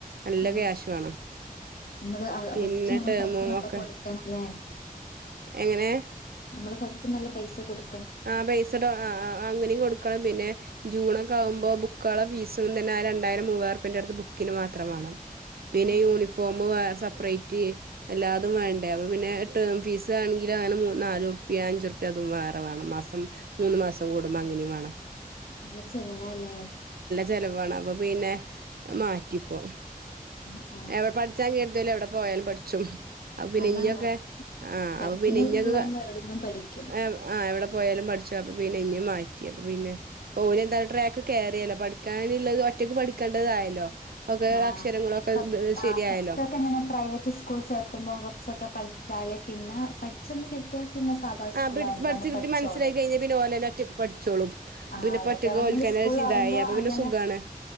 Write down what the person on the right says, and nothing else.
നല്ല
ക്യാശ് വേണം.
പിന്നെ
ടേമോ
മൊക്കെ
എങ്ങനെ
ആഹ് ബെയ്‌സ്ഡ് ആ ആ അങ്ങനെയും കൊടുക്കണം പിന്നെ ജൂണൊ ക്കെ ആവുമ്പോ ബുക്കുകള് ഫീസ് തന്നെ രണ്ടായിരം മൂവായിരം റുപ്പിയെന്റെ അടുത്ത് ബുക്കിന് മാത്രം വേണം പിന്നെ
യൂണിഫോമ് സെപ്പറേറ്റ് എല്ലാതും വേണ്ടേ അപ്പോ പിന്നെ ടേം ഫീസ് ആണെങ്കി നാലും മൂന്നും നാല് റുപ്യയാ അഞ്ച് റുപ്യയാ അതും വേറെ വേണം മാസം മൂന്ന് മാസം കൂടുമ്പോ അങ്ങനെയും വേണം
ചിലവാണ് അപ്പൊ പിന്നെ മാറ്റിയിപ്പോ
എവിടെ പഠിച്ചാ കേ രളത്തിൽ എവിടെ പോയാലും പഠിച്ചും അപ്പോ പിന്നെ
ഇനിയൊക്കെ ആ
അപ്പ പിന്നെ ഇനിയൊക്കെ
ആ ആ ഇവിടെ പോയാലും പഠിച്ചു അപ്പ പിന്നെ ഇനി മാറ്റി അപ്പ പിന്നെ ഇപ്പോ ഓല് എന്താലും ട്രാക്കൊക്കെ <unintelligible> <unintelligible> പഠിക്കാനുള്ളത് ഒറ്റക്ക് പഠിക്കേണ്ടതായല്ലോ ഒക്കെ
അക്ഷരങ്ങളൊക്കെ
ശരിയായല്ലോ
ആഹ്
പിടി
പഠിച്ച്
കിട്ടി
മനസ്സിലായി കഴിഞ്ഞാ പിന്നെ ഓലന്നെ ഒറ്റക്ക് പഠിച്ചോളും
പിന്നെ ഇപ്പ ഒറ്റക്ക്
ഓൽക്കന്നെ
ഇതായി അപ്പൊ
പിന്നെ സുഖാണ്